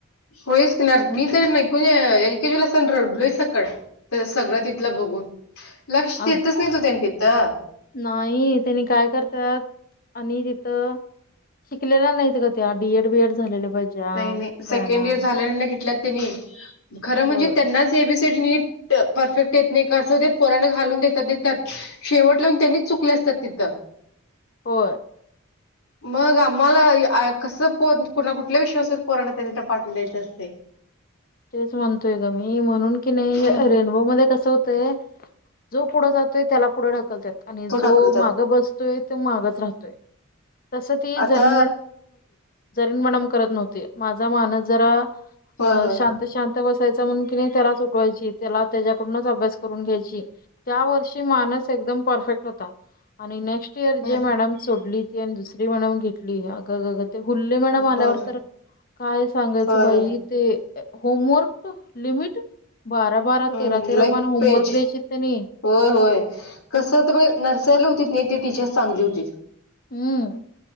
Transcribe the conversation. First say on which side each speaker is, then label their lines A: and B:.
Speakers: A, on the left; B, on the left.
A: होस कणार मी तर नाही एकेश लोसकड. तर सगळं तिथलं बघून लक्ष
B: अग
A: देतच नाही तो त्यां तिथं.
B: नाही त्यांनी काय करतात आणि तिथं शिकलेला नाहीत का? त्या डी एड बी एड झालेले पाहिजे. हां,
A: नाही नाही सेकंड
B: मॅडम.
A: इयर झाल्या घेतला त्यांनी खरं म्हणजे
B: होय
A: त्यांनाच. बी स नीट परफेक्ट येत नाही कासं पराण घालून देतात देतात शेवट लावून त्यांनीच चुकले असतात तिथं
B: हो
A: मग आम्हाला कस प कुणा कुठ आपल्या विश्वासात पोराण त्यांनी त्या पाठव द्यायच असते
B: च म्हणतोय ग मी म्हणून की नाही
A: हं.
B: रेन होत जो पुढ जातोय त्याला पुढे ढकल आणि
A: तो ढकलतात
B: जो माग बस माग राहय जमत ्ह
A: आता
B: जरी म करत नव्हती माझा मानस जरा
A: होय होय
B: शांत शांत बसायच म्हणून कि नाही त्याला सुटवायची त्याला त्याच्याकडूनच अभ्यास करून घ्यायची त्या वर्षी मानस एकदम परफेक्ट होता आणि नेक्स्ट इयर
A: हम्म
B: जे मॅडम सोडली ती दुसरी मॅडम घेतली अगं गगं ते हुल्ले मॅडम आल्यावर
A: होय
B: तर काय सांगायचं
A: होय
B: बाई
A: होय
B: ते होमवर्क लिमिट बारा बारा
A: हम्म
B: तेरा तेरा
A: लय
B: पण होमवर्क
A: पेज
B: द्यायची त्यांनी
A: होय होय कसं तर नर्सरीला होती नाही ते टीचर्स चांगली होती
B: हम्